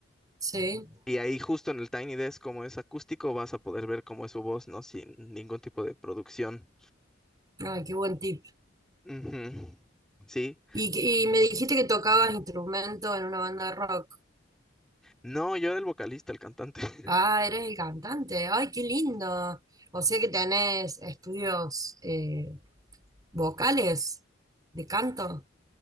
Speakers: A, on the right; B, in the centre.
A: sí.
B: Y ahí justo en el Tiny Desk, como es acústico, vas a poder ver cómo es su voz, ¿no? Sin ningún tipo de producción.
A: Ay, qué buen tip.
B: Ujú. Sí.
A: Y, que- y me dijiste que tocabas instrumento en una banda de rock.
B: No, yo era el vocalista, el cantante. <laughs>
A: Ah, eres el cantante. Ay, qué lindo. O sea que tenés estudios eh, vocales de canto.